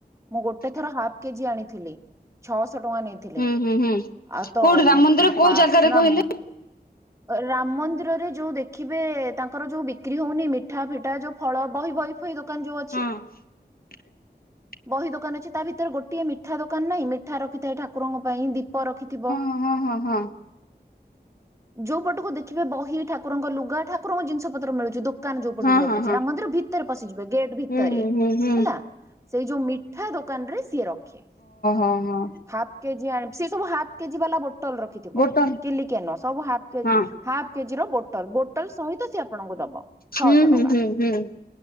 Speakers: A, on the right; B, on the left.
A: ମୁଁ ଗୋଟେ ଥର ହାଫ କେଜି ଆଣିଥିଲି ଛଅଶହ ଟଙ୍କା ନେଇଥିଲି। ଥିଲେ
B: ହୁଁ ହୁଁ ହୁଁ
A: ଆଉ ତ
B: କୋଉଠି ରାମ ମନ୍ଦିର କୋଉ
A: ବାସ୍ନା।
B: ଜାଗାରେ କହିଲେ?
A: ରାମ ମନ୍ଦିରରେ ଯୋଉ ଦେଖିବେ ତାଙ୍କର ଯୋଉ ବିକ୍ରି ହଉନି ମିଠା ଫିଠା ଯୋଉ ଫଳ ବହି ବହି। ଦୋକାନ ଯୋଉ ଅଛି।
B: ହଁ <inaudible>
A: ବହି ଦୋକାନ ଅଛି ତା ଭିତରେ ଗୋଟିଏ ମିଠା ଦୋକାନ ନାହିଁ ମିଠା ରଖିଥାଏ ଠାକୁରଙ୍କ ପାଇଁ ଦୀପ ରଖିଥିବ।
B: ହଁ-ହଁ-ହଁ-ହଁ।
A: ଯୋଉ ପଟକୁ ଦେଖିବେ ବହି ଠାକୁରଙ୍କ ଲୁଗା ଠାକୁରଙ୍କ ଜିନିଷ ପତ୍ର ମିଳୁଛି ଦୋ ଦୋକାନ ଯୋଉ ପଟକୁ
B: ହଁ
A: ରଖିଛି
B: ହଁ ହଁ ହଁ
A: ରାମ ମନ୍ଦିର ଭିତରେ ପଶିଯିବେ ଗେଟ୍ ଭିତରେ
B: ହୁଁ ହୁଁ ହୁଁ ହୁଁ
A: ହେଲା ସେଇ ଯୋଉ ମିଠା ଦୋକାନ ରେ ସିଏ ରଖେ।
B: ଓହୋ ହଁ।
A: ହାଫ୍ କେଜି ଆନ ସେ ସବୁ ହାପ୍ କେଜି ବାଲା ବୋଟଲ ରଖିଥିବ
B: ଗୋଟ
A: କିଲିକିଆ ନୁହ ସବୁ ହାପ କେଜି
B: ହଁ
A: ହାପ୍ କେଜିର ବୋଟଲ ବୋଟଲ ସହିତ ସେ ଆପଣଙ୍କୁ ଦବ ଛଅଶ
B: ହୁଁ ହୁଁ
A: ଟଙ୍କା।
B: ହୁଁ ହୁଁ